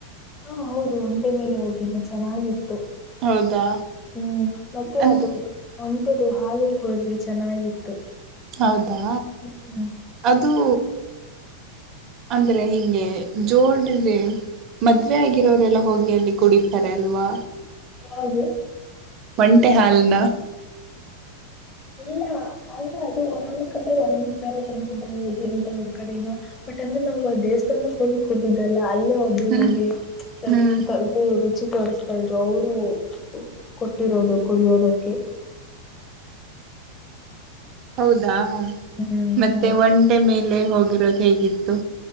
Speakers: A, on the left (about 20°); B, on the right (about 35°).
A: ಹಾ ಹೌದು ಒಂಟೆ ಮೇಲೆ ಹೋಗೇನ ಚೆನ್ನಾಗಿತ್ತು
B: ಹೌದಾ
A: ಹ್ಮ್ ಮತ್ತೆ
B: ಅಂತ
A: ಅದು ಒಂಟೆದು ಹಾಲುೂ ಕುಡಿದ್ವಿ ಚೆನ್ನಾಗಿತ್ತು
B: ಹೌದಾ
A: ಹ್ಮ್
B: ಅದುೂ ಅಂದ್ರೆ ಹಿಂಗೆ ಜೋಡಿದೆ ಮದ್ವೆ ಆಗಿರೋರೆಲ್ಲ ಹೋಗಿ ಅಲ್ಲಿ ಕುಡಿತಾರೆ ಅಲ್ವಾ
A: ಹೌದು
B: ಒಂಟೆ ಹಲ್ ನ
A: ಇಲ್ಲ ಆದ್ರೆ ಅದು ಒಂದೊಂದ್ ಕಡೆ ಒಂದೊಂದ್ ಸಂಪ್ರದಾಯ ಊರ್ ಕಡೆನೂ ಬಟ್ ಅಂದ್ರೆ ನಾವು ದೇವಸ್ಥಾನಕ್ಕೆ ಹೋಗಿವಿ ಕಟ್ಟಿದ್ದಲ್ಲ ಅಲ್ಲೇ ಒಬ್ರು
B: ಹ್ಮ್
A: ಹಂಗೆ
B: ಹ್ಮ್
A: ತಗ್ದು ರುಚಿ ತೋ ಕೊತ ಇದ್ರು ಅವರು ಕೊಟ್ಟಿರೋದು ಕುಡಿಯೋದಕ್ಕೆ
B: ಹೌದಾ
A: ಹ್ಮ್
B: ಮತ್ತೆ
A: ಹೌದು
B: ಒಂಟೆ ಮೇಲೆ ಹೋಗಿರೋದು ಹೇಗಿತ್ತು